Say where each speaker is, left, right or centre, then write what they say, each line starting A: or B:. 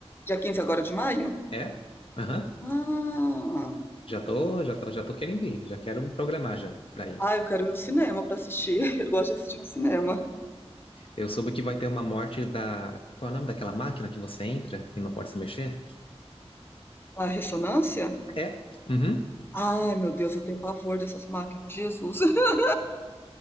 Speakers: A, on the left (about 20°); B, on the left (about 55°).
A: Dia 15 agora de maio?
B: É? Aham.
A: Ah,
B: Já tô, já tô, já tô querendo ir. Já quero me programar já pra ir.
A: ah, eu quero ir no cinema pra assistir. <laughs> Eu gosto de assistir no cinema.
B: Eu soube que vai ter uma morte da. Qual é o nome daquela máquina que você entra e não pode se mexer?
A: Ah, ressonância?
B: É? Uhum.
A: Ai, meu Deus, eu tenho pavor dessas máquinas. Jesus. <laughs>